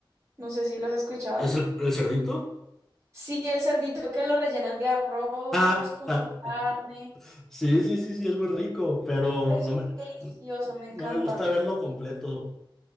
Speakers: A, on the right; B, in the centre.
A: no sé si lo has escuchado.
B: ¿Es el, el cerdito?
A: Sí, el cerdito que lo rellenan de arroz
B: <laughs>
A: con su carne.
B: Sí, sí, sí, sí, es muy rico, pero
A: Es
B: no me,
A: delicioso, me encanta.
B: no me gusta verlo completo.